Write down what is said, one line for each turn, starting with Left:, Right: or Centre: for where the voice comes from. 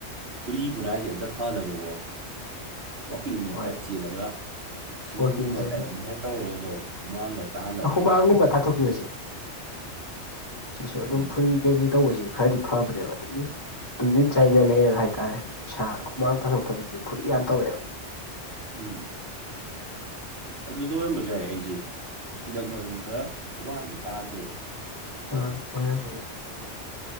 Right: ꯐꯨꯔꯤ ꯐꯨꯅꯥꯏꯁꯤ ꯑꯝꯇ ꯐꯅꯕꯀꯣ ꯋꯥꯛꯀꯤꯡꯒꯨꯝꯕ
Left: ꯍꯣꯏ
Right: ꯈꯔ ꯆꯦꯜꯂꯒ ꯏꯁꯤꯡꯒꯨꯝꯕ
Left: ꯋꯥꯛꯀꯤꯡ ꯆꯦꯟꯕ
Right: ꯗꯥꯏꯇꯤꯡ ꯈꯔ ꯇꯧꯔꯒꯀꯣ ꯍꯨꯃꯥꯡꯒ ꯇꯥꯍꯜꯂꯕ
Left: ꯃꯥꯡꯒꯨꯝꯕ ꯊꯥꯊꯣꯛꯈꯤꯕꯁꯦ ꯁꯤꯁꯨ ꯑꯗꯨꯝ
Right: ꯎꯝ
Left: ꯐꯨꯔꯤ ꯀꯩꯀꯩ ꯇꯧꯕꯁꯤ ꯈꯔꯗꯤ ꯐꯕꯅꯦꯕ ꯁꯨꯝ ꯇꯨꯝꯁꯤꯟ ꯆꯥꯏꯜꯂ ꯂꯩꯔꯒ ꯍꯥꯏꯇꯥꯔꯦ ꯏꯁꯩꯁꯥ ꯍꯨꯃꯥꯡ ꯊꯥꯊꯣꯛꯇꯕꯁꯤꯁꯨ ꯐꯨꯔꯤꯠ ꯌꯥꯝ ꯇꯧꯌꯦꯕ
Right: ꯎꯝ ꯑꯗꯨ ꯂꯣꯏꯔꯝꯕꯁꯨ ꯌꯥꯏ ꯑꯩꯁꯦ ꯍꯟꯗꯛ ꯃꯔꯛꯁꯤ ꯈꯔ ꯈꯣꯡꯃꯥꯡꯗꯤ ꯇꯥꯗ꯭ꯔꯦꯕ
Left: ꯑ ꯑꯣꯏꯔꯝ ꯒꯅꯤ